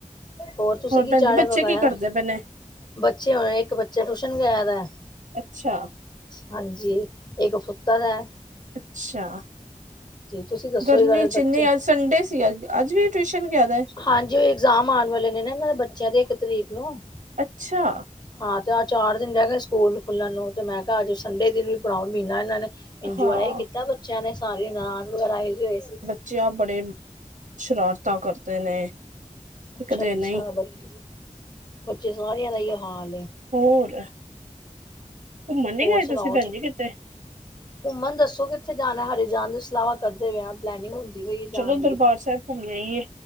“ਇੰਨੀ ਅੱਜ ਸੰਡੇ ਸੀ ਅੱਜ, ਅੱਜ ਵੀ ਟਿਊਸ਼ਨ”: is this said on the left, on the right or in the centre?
Right